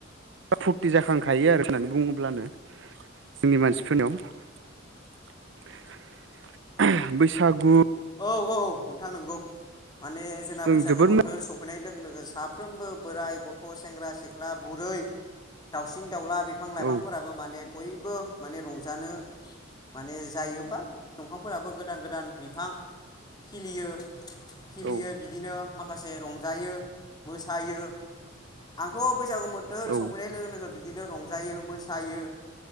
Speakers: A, on the right; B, on the left.
A: फुरथि जाखांखायो आरो होननानै बुङोब्लानो जोंनि मानसिफोरनियाव बैसागु
B: औ औ नोंथां नंगौ माने जोंना
A: जों
B: बैसागु
A: जोबोद
B: बोथोर सफैनाय लोगो लोगो साफ्रोमबो बोराय, गथ', सेंग्रा, सिख्ला, बुरै, दाउसिन दाउला बिफां लाइफांफोराबो
A: औ
B: माने बयबो माने रंजानो माने जायो बा दंफांफोराबो गोदान गोदान बिफां खिलियो खिलियो
A: औ
B: बिदिनो माखा खासे रंजायो मोसायो। आंथ' बैसागु बोथोर
A: औ
B: सफैनाय लोगो लोगो बिदिनो रंजायो मोसायो